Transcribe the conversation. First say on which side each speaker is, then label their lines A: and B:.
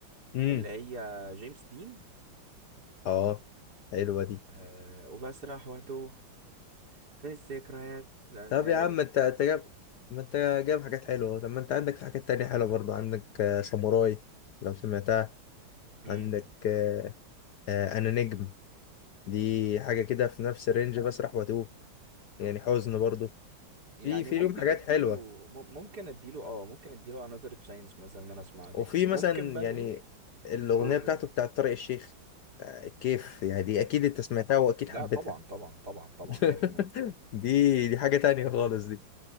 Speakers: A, on the left; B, on the right.
A: امم
B: اللي هي جيمس دين
A: اه حلوه دي
B: أه وبسرح واتوه في الذكريات ده- اللي
A: طب
B: هي
A: يا عم
B: دي
A: ما انت انت جاب ما انت جاب حاجات حلوه أهو. طب ما انت عندك في حاجات تانية حلوه برضه عندك آه، ساموراي لو سمعتها
B: مم.
A: عندك آه، آه، انا نجم دي حاجه كده في نفس الرينج بسرح واتوه يعني حزن برضه
B: يعني
A: في في
B: ممكن
A: ليهم حاجات
B: اديله
A: حلوه
B: مم- ممكن اديله اه ممكن اديله another chance مثلا ان انا اسمعه تاني
A: وفي
B: وممكن
A: مثلا
B: بقى
A: يعني
B: نقول
A: الأغنية
B: قول
A: بتاعته
B: قول
A: بتاعت طارق الشيخ آه، الكيف يعني دي أكيد أنت سمعتها وأكيد
B: لا
A: حبيتها
B: طبعا طبعا طبعا طبعا
A: <laughs>
B: 100%
A: دي دي حاجة تانية خالص دي